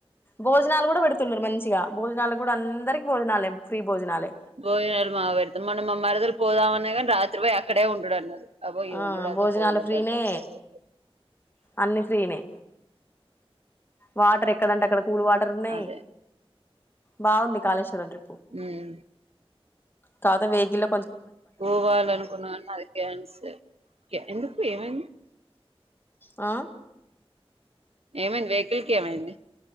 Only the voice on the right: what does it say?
భోజనాలు మాగా పెడుత మొన్న మా మరదలు పోదామన్నాది కానీ రాత్రి పోయి అక్కడే ఉండుడు అన్నది అబ్బో ఈ
ఉండడం అని
సప్పుడేకా
ఊకున్నా
అదే
ఉమ్
పోవాలనుకున్నాను అది క్యాన్సిల్ ఎందుకు ఏమైంది
ఏమైంది వెహికల్కి ఏమైంది